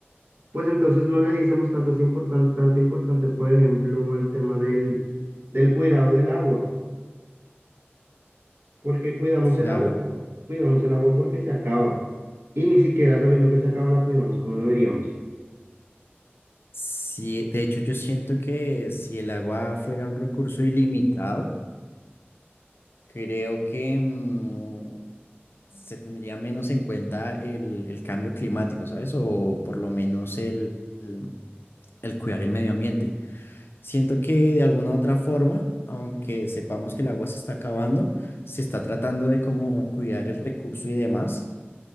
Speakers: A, on the right; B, on the left.
A: pues entonces no le diésemos tantas importan- tanta importancia, por ejemplo, al tema del, del cuidado del agua. Porque cuidamos el
B: claro.
A: agua, pero cuidamos el agua porque se acaba. Y ni siquiera sabiendo que se acaba la cuidamos como deberíamos.
B: Sí, de hecho yo siento que si el agua fuera un recurso ilimitado, Creo que mm, se tendría menos en cuenta el, el cambio climático, ¿sabes? O por lo menos el, el- el cuidar el medio ambiente. Siento que de alguna u otra forma, aunque sepamos que el agua se está acabando, se está tratando de como cuidar el recurso y demás,